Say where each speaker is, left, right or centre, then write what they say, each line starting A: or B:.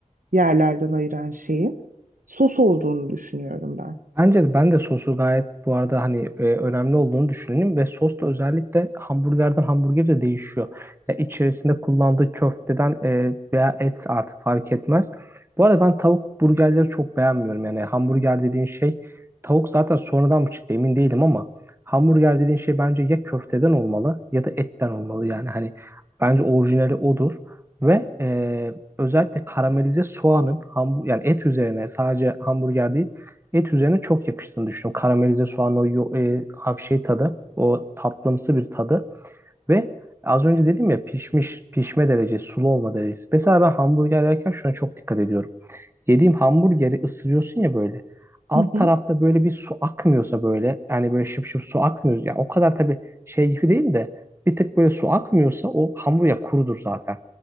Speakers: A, on the right (about 80°); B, on the right (about 15°).
A: yerlerden ayıran şeyin sos olduğunu düşünüyorum ben.
B: Bence de ben de sosu gayet bu arada hani e, önemli olduğunu düşünüyorum ve sos da özellikle hamburgerden hamburger de değişiyor. Ya içerisinde kullandığı köfteden e, veya et artık fark etmez. Bu arada ben tavuk burgerleri çok beğenmiyorum. Yani hamburger dediğin şey tavuk zaten sonradan mı çıktı emin değilim ama hamburger dediğin şey bence ya köfteden olmalı ya da etten olmalı yani hani bence orijinali odur. Ve e, özellikle karamelize soğanın hambu yani et üzerine sadece hamburger değil Et üzerine çok yakıştığını düşünüyorum. Karamelize soğan o yo- e, hafif şey tadı, o tatlımsı bir tadı ve az önce dedim ya pişmiş, pişme derecesi, sulu olma derecesi. Mesela ben hamburger yerken şuna çok dikkat ediyorum. Yediğim hamburgeri ısırıyorsun ya böyle. Alt
A: Hı hı.
B: tarafta böyle bir su akmıyorsa böyle yani böyle şıp şıp su akmıyor. Yani o kadar tabii şey gibi değil de bir tık böyle su akmıyorsa o hamburger kurudur zaten.